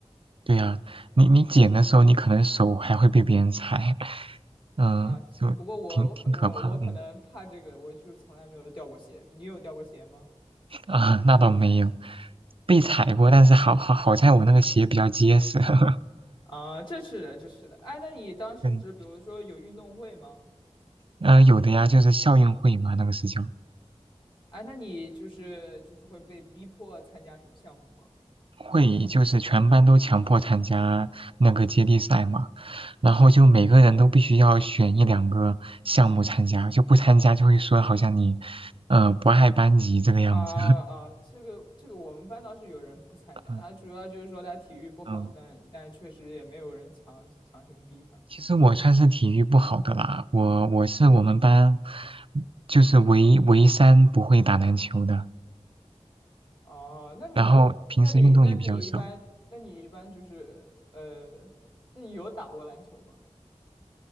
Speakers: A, on the right; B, on the left.
A: 对呀，你你捡的时候，你可能手还会被别人踩，<laughs> 嗯，
B: 啊。是不过我我可我我可能怕这个，
A: 就挺挺可怕。嗯。
B: 我就从来没有掉过鞋。你有掉过鞋吗？
A: 啊，那倒没有，被踩过，但是好好好在我那个鞋比较结实。<laughs>
B: 啊，这是的，这是的。哎，那你当时比如说有运动会吗？
A: 嗯，呃，有的呀，就是校运会嘛，那个是叫
B: 哎，那你就是就是会被逼迫参加什么项目吗？
A: 会，就是全班都强迫参加那个接力赛嘛，然后就每个人都必须要选一两个项目参加，就不参加就会说好像你，呃，不爱班级这个样子。
B: 啊啊，这个这个我们班倒是有人不参加，
A: <laughs> 嗯，
B: 他主要就是说他体育不好，
A: 嗯
B: 但但确实也没有人强强行逼他。
A: 其实我算是体育不好的啦，我我是我们班就是唯唯三不会打篮球的。
B: 哦，那你们，
A: 然后平时运动也比较少。
B: 那你那你一般，那你一般就是呃，那你有打过篮球吗？